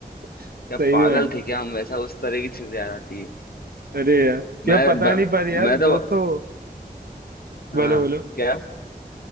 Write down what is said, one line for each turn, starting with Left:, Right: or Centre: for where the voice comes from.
Right: <laughs>
Left: क्या
Right: सही
Left: पागल
Right: में
Left: थे क्या हम ऐसा उस तरह की चीजें आ जाती है
Right: अरे यार
Left: मैं
Right: ये पता
Left: ब,
Right: नहीं पर यार
Left: मैं तो
Right: वो तो
Left: हाँ
Right: बोलो बोलो
Left: क्या